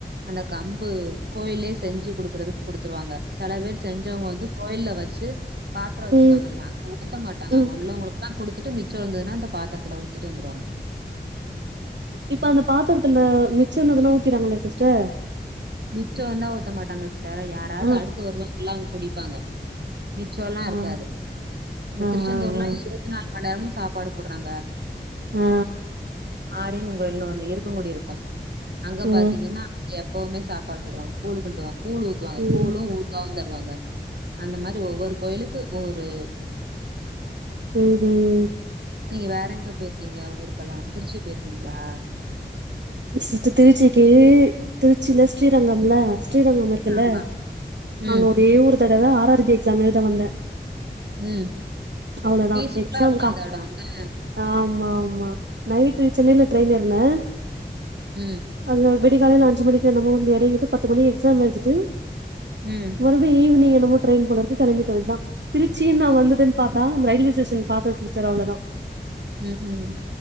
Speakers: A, on the right (about 65°); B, on the right (about 80°).
A: அந்த கம்பு கோயில்லய செஞ்சு குடுக்குறது குடுத்துருவாங்க செல பேர் செஞ்சவங்க வந்து கோயில்ல வச்சி பாத்ர வச்சிருக்காங்கல்ல
B: ம்
A: அங்க ஊத்த மாட்டாங்க
B: ம்
A: அங்க உள்ளவங்களுக் ல்லா குடுத்துட்டு மிச்ச இருந்தததுன்னா அந்த பாத்தரத்துல ஊத்திட்டு வந்துருவாங்க
B: இப்ப அந்த பாத்தரத்துல மிச்சன்னதுனா ஊத்திறாங்கள சிஸ்டர்
A: மிச்ச இந்தா ஊத்த மாட்டாங்க சார் யாராவது
B: ஆ
A: அடுத்து வருவாங் எல்லா அவங்க குடிப்பாங்க மிச்ச எல்லா
B: ஆ
A: இருக்காது இந்த
B: ஆ
A: திருச்செந்தூர்லா
B: ஆ ஆ
A: இருவத் த்து நால் மண்நேரமு சாப்பாடு போட்றாங்க
B: அ
A: ஆரையம்மன் கோயில்ன்னு ஒன்னு இருக்கன்குடி இருக்கு அங்க
B: ம்
A: பாத்தீங்கன்னா அங்க எப்பமே சுத் சாப்பாடு போடுவாங்க கூழ் கிண்டுவாங்க கூழு ஊத்துவாங்க
B: ம்
A: கூழு ஊத் மாவம் தருவாங்க அந்த மாரி ஒவ்வொரு கோயிலுக்கு ஒவ்வொரு
B: ம் ம்
A: நீங்க வேற எங்க போய்ருக்கீங்க ஊருக்கெல்லா திருச்சி போய்ருக்கீங்களா
B: சி சி திருச்சிக்கு திருச்சில ஸ்ரீரங்கம்ல ஸ்ரீரங்கம் இருக்குல்ல
A: ஆமா ம்
B: அங்க ஒரே ஒரு தடவ ஆர் ஆர் பி எக்ஸாம் எழுத வந்தே
A: ம்
B: அவ்ளோதா
A: பீஸ்ஃபுல்லாருக்கு
B: எக்ஸாம்கா
A: அந்த எட ன்ன
B: ஆமா ஆமா நைட்டு சென்னைல ட்ரென் ஏறுனே
A: ம்
B: அங்க வெடிகாலைல அஞ்சு மணிக்க என்னமோ நம்ம வந்து எறங்கிட்டு பத்து மணிக்கு எக்ஸாம் எழுதிட்டு
A: ம்
B: மறுபடியு ஈவினி்ங் என்னமோ ட்ரெயின் போல இருக்கு கெளம்பிட்டோ எக்ஸா திருச்சிய நா வந்துட்டன் பாத்தா அந்த ரயில்வேஸ்டேஷன் பாத்தே சிஸ்டர் அவ்ளதா
A: ம் ம்